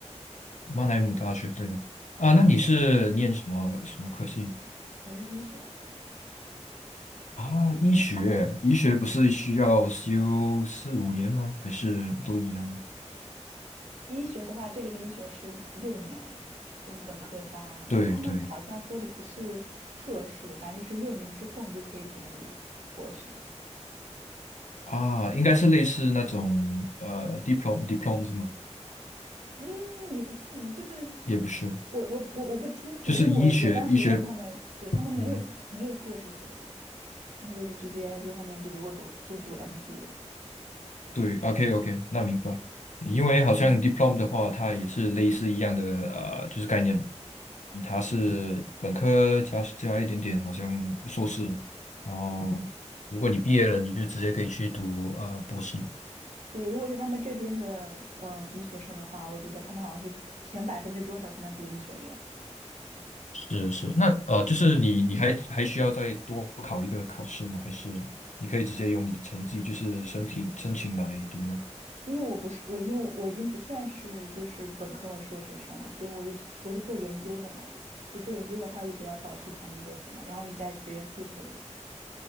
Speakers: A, on the left (about 85°); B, on the right (about 85°).
A: 曼海姆大学对吗？啊，
B: 对，
A: 那你是念什么什么科系
B: 我是医学。
A: 啊？医学，医学不是需要修四五年吗？还是都一样？
B: 医学的话，这边的医学是六年，哎，就是本科加，就是他们好像说的不是硕士，
A: 对对
B: 反正就是六年之后你就可以读博士了。
A: 啊，应该是类似那种呃 diplom diplom 是吗？
B: 嗯，也不是，就是
A: 也不是，
B: 我我我我不清楚，
A: 就是医学医学，
B: 因为我我当时问他们，对他们没有不没有硕士学位，
A: 嗯。
B: 他们就是直接就后面就如果读就读 MD 了。
A: 对，OK OK，那明白。因为好像
B: 嗯，
A: diploma 的话，它也是类似一样的呃，就是概念吧。它是本科加加一点点，好像硕士，然后如果你毕业了，你就直接可以去读呃博士。
B: 对，如果是他们这边的嗯医学生的话，我觉得他们好像是前百分之多少才能读医学院，
A: 是是，那呃，就是你你还还需要再多考一个考试吗？还是你可以直接用你的成绩，就是申请申请来读呢？
B: 因为我不是，我已经我已经不算是就是本科和硕士生了，所以我就我是做研究的嘛，就做研究的话，就只要导师同意就行了，然后你在学院注册就行。